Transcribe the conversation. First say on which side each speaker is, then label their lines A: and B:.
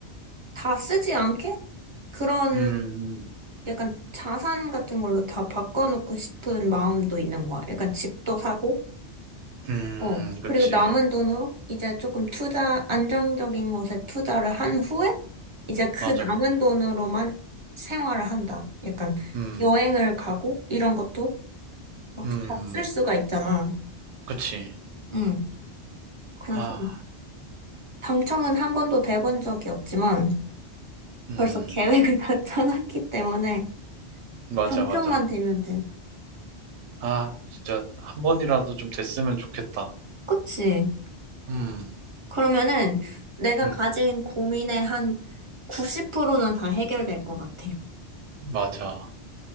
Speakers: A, on the right (about 35°); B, on the right (about 80°).
A: 다 쓰지 않게 그런
B: 음,
A: 약간 자산 같은 걸로 다 바꿔놓고 싶은 마음도 있는 거야. 약간 집도 사고
B: 음,
A: 어. 그리고
B: 그치.
A: 남은 돈으로 이제 조금 투자, 안정적인 곳에 투자를 한 후에 이제 그
B: 맞아,
A: 남은
B: 맞아.
A: 돈으로만 생활을 한다. 약간
B: 음,
A: 여행을 가고 이런 것도 막
B: 음,
A: 다 쓸 수가 있잖아.
B: 그치.
A: 응. 그래서
B: 아,
A: 당첨은 한 번도 돼본 적이 없지만
B: 음,
A: 벌써 계획을 <laughs> 다 짜놨기 때문에
B: <laughs> 맞아,
A: 당첨만
B: 맞아.
A: 되면 돼.
B: 아, 진짜 한 번이라도 좀 됐으면 좋겠다.
A: 그치?
B: 음,
A: 그러면은 내가
B: 음,
A: 가진 고민의 한 90%는 다 해결될 것 같아.
B: 맞아.